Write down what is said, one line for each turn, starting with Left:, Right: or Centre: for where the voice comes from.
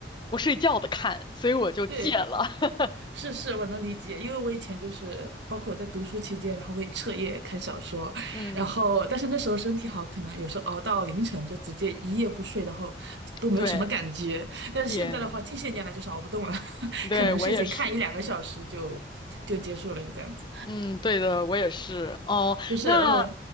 Left: 不睡觉的看，所以我就戒了。
Right: 对，
Left: <laughs>
Right: 是是，我能理解，因为我以前就是，包括我在读书期间，然后会彻夜看小说，
Left: 嗯，
Right: 然后但是那时候身体好，可能有时候熬到凌晨就直接一夜不睡，然后都没有什么感觉。
Left: 对，
Right: 但是现在的话，
Left: 点，
Right: 近些年来就是熬不动了，<laughs>
Left: 对我也是。
Right: 可能睡前看一两个小时就就结束了，就这样子。
Left: 嗯，对的，我也是。哦，
Right: 就是呃，
Left: 那，